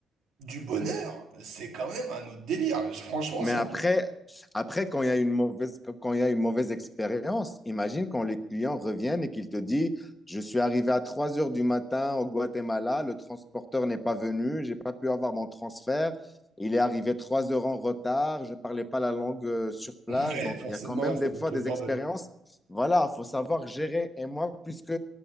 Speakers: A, on the right; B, on the left.
A: du bonheur, c'est quand même un autre délire. Je- Franchement,
B: Mais
A: c'est
B: après,
A: un-
B: après quand il y a une mauvaise, quand il y a une mauvaise expérience, imagine quand les clients reviennent et qu'ils te disent, je suis arrivé à 3 heures du matin au Guatemala, le transporteur n'est pas venu, j'ai pas pu avoir mon transfert, il est arrivé 3 heures en retard, je ne parlais pas la langue euh, sur
A: <laughs>
B: place.
A: Ouais,
B: Donc,
A: forcément,
B: il y a quand même
A: ça
B: des
A: peut
B: fois
A: être le
B: des
A: bordel.
B: expériences. Voilà, il faut savoir gérer. Et moi, puisque